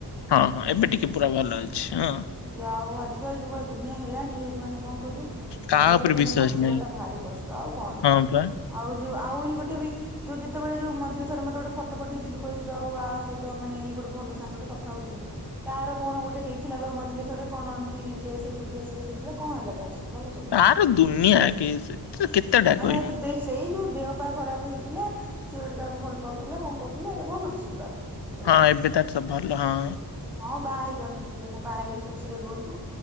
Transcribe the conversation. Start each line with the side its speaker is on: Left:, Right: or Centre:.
Left: ହଁ ହଁ ଏବେ ଟିକେ ପୁରା ଭଲ ଅଛି। ହଁ
Centre: ଯାହା ହୋଉ ଆଜି କାଲି ଯୁଗ ଦୁନଆଁ ହେଲାଣି ଯଦି ମା କଣ କହିଲୁ
Left: କାହା
Centre: ଭଲରେ
Left: ଉପରେ
Centre: ମାନେ
Left: ବିଶ୍ଵାସ
Centre: ବଞ୍ଚିବାଟା
Left: ନାହିଁ
Centre: ଭାରି କଷ୍ଟ ଆଉ କଣ
Left: ହଁ ପା।
Centre: ଆଉ ଯୋଉ ଆହୁରି ଗୋଟେ ବି ତୁ ଯେତେବେଳେ ଯୋଉ ମିଝି ଥରେ ମତେ ଗୋଟେ ଫଟୋ ପଠେଇଥିଲୁ କହିଥିଲୁ ଆଉ ଆ ସହିତ ତୋ ମାନେ ଏଇ ଗୋଟେ ଭଲ ସାଙ୍ଗଟେ କଥା ହୋଉଥିଲୁ ତାର କଣ ଗୋଟେ ହେଇଥିଲା ବା ମ ଝିରେ ଥରେ କଣ ଏମିତି କେସ୍ କେସ୍ ବେସ୍ ହେଇଥିଲା କଣ ହେଲା ତାର ସବୁ ଭଲ ସବୁ
Left: ତାର ଦୁନିଆ କେସେ ସେ କେତେଟା
Centre: ମାନେ
Left: କହମି।
Centre: ଏବେ ଦେ ସେଇ ଯୋଉ ଦେହ ପା ଖରାପ ହେଇଥିଲା ସିଏ ଗୋଟେ କାହାକୁ ଭଲ ପାଉଥିଲା କଣ କରୁଥିଲେ ଏବେ ଭଲ ତୋ ସବୁ ତାର ସେଗୁଡା
Left: ହଁ ଏବେ ତାର ସବୁ ଭଲ ହଁ।
Centre: ହଁ ବାହା ହେଇ ଯାଆନ୍ତୁ ଦି ବାହା ଖୁସିରେ ରୁହନ୍ତୁ।